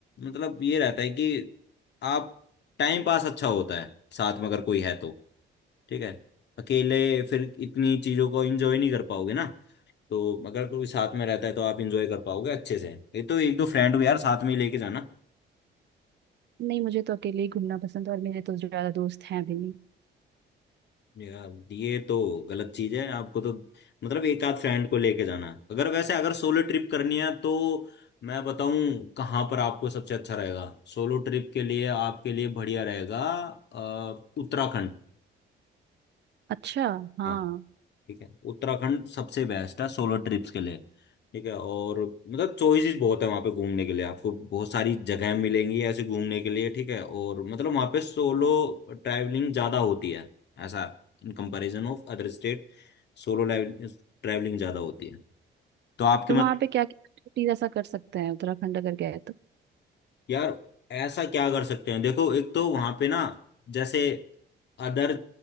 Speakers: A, on the left (about 60°); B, on the right (about 60°).
A: मतलब ये रहता है कि आप टाइम पास अच्छा होता है साथ में अगर कोई है तो ठीक है अकेले फिर इतनी चीजों को एंजॉय नहीं कर पाओगे ना तो अगर कोई साथ में रहता है तो आप एंजॉय कर पाओगे अच्छे से ये तो एक दो फ्रेंड को यार साथ में ही लेके जाना
B: नहीं मुझे तो अकेले ही घूमना पसंद है और मेरे तो ज्यादा दोस्त हैं भी नहीं
A: यार ये तो गलत चीज है आपको तो मतलब एक आध फ्रेंड को लेके जाना है अगर वैसे अगर सोलो ट्रिप करनी है तो मैं बताऊं कहाँ पर आपको सबसे अच्छा रहेगा सोलो ट्रिप के लिए आपके लिए बढ़िया रहेगा अ, उत्तराखंड
B: अच्छा हाँ
A: हाँ। ठीक है उत्तराखंड सबसे बेस्ट है सोलो ट्रिप्स के लिए ठीक है और मतलब चॉइसेस बहुत है वहाँ पे घूमने के लिए आपको बहुत सारी जगह मिलेंगी ऐसे घूमने के लिए ठीक है और मतलब वहाँ पे सोलो ट्रैवलिंग ज़्यादा होती है ऐसा in comparison of other state solo travelling ज़्यादा होती है तो आपकी
B: तो
A: मतलब
B: वहाँ पे क्या क्या ऐसा कर सकते हैं उत्तराखंड अगर गए
A: यार ऐसा क्या कर सकते हैं देखो एक तो वहां पे ना जैसे अदर